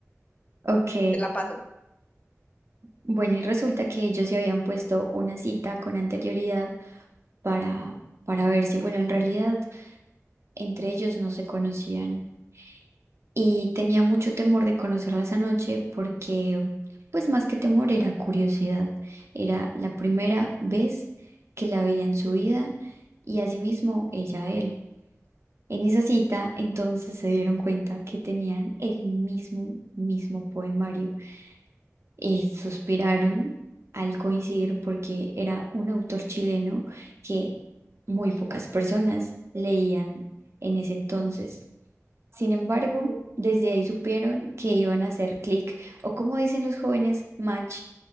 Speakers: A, on the right; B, on the left.
A: Ok.
B: Te la paso.
A: Bueno, y resulta que ellos se habían puesto una cita con anterioridad para, para verse. Bueno, en realidad entre ellos no se conocían y tenía mucho temor de conocerla esa noche porque, pues más que temor, era curiosidad. Era la primera vez que la veía en su vida y asimismo ella a él. En esa cita, entonces se dieron cuenta que tenían el mismo, mismo poemario. y suspiraron al coincidir porque era un autor chileno que muy pocas personas leían en ese entonces. Sin embargo, desde ahí supieron que iban a hacer clic o como dicen los jóvenes, match